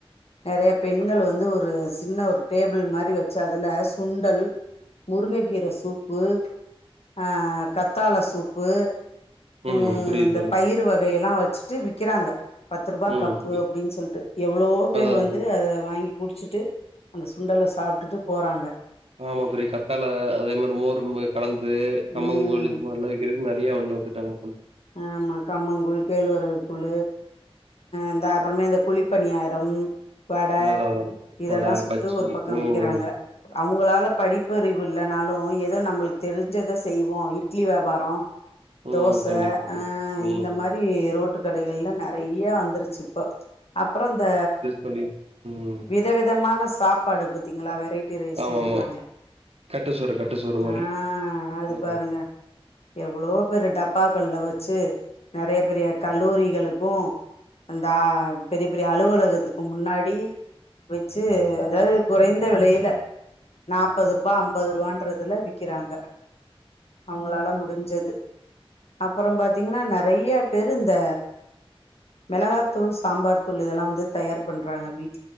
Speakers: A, on the left; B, on the right.
A: நெறைய பெண்கள் வந்து ஒரு சின்ன ஒரு டேபிள் மாறிவச்சு அதுல சுண்டல் முருங்கைக்கீரை சூப்பு ஆ கத்தாள சூப்பு
B: ம்
A: உம்
B: புரியுது
A: இந்த
B: தோழி
A: பயிரு வகை எல்லா வச்சுட்டு விக்கிறாங்க பத்து ரூபா
B: ம்
A: கப்பு
B: புரி
A: அப்படின்னு சொல்ட்டு எவ்வளோ பேர்
B: அதா
A: வந்து
B: தோழி
A: அதை வாங்கி குடிச்சிட்டு அந்த சுண்டல சாப்ட்டுட்டு போறாங்க
B: ஆமா பெரிய கத்தால அதே மாறி மோர்ம கலந்து கம்மங்க
A: ம்
B: கூலு இது மாதிரல்லாம் விக்கிறதுக்கு நிறைய அண்ண வத்துட்டாங்க சொல்ல
A: ஆமா கம்மங்கூழ் கேழ்வரகு கூழு இந்த அப்புறமே இந்த குளிப்பணியாரம் வட
B: அதா அதா தோழி
A: இதெல்லாம்
B: வட
A: சுட்டு
B: பஜ்ஜி
A: ஒரு பக்கம்
B: ம்
A: விற்கிறாங்க அவங்களால படிப்பறிவு இல்லனாலும் ஏதோ நம்மளுக்கு தெரிஞ்சத செய்வோம் இட்லி வியாபாரம்
B: ம்
A: தோச
B: கண்டிப்பா கண்டிப்பா
A: ஆ
B: தோழி ம்
A: இந்த மாறி ரோட்டு கடைகள்லா நிறைய வந்துருச்சு இப்போ அப்புறம் இந்த
B: பன்னீ ம்
A: விதவிதமான சாப்பாடு பாத்தீங்களா வெரைட்டி ட்டி ரைஸ்ன்னு
B: ஆமா
A: சொல்றாங்களே
B: ஆமா கட்டு சோறு கட்டு சோறு மாரி
A: ஆ அது
B: ம்
A: பாருங்க எவ்ளோ பேரு டப்பாக்கள்ல வெச்சு நிறைய பெரிய கல்லூரிகளுக்கும் அந்தா பெரிய பெரிய அலுவலகத்துக்கு முன்னாடி வெச்சு அதாவது குறைந்த விலையில நாப்பது ரூபா ஐம்பது ரூபான்றதுல விக்கிறாங்க அவங்களால முடிஞ்சது அப்புறம் பாத்தீங்கன்னா நிறைய பேரு இந்த மிளகா தூள் சாம்பார் தூள் இதெல்லாம் வந்து தயார் பண்றாங்க வீட்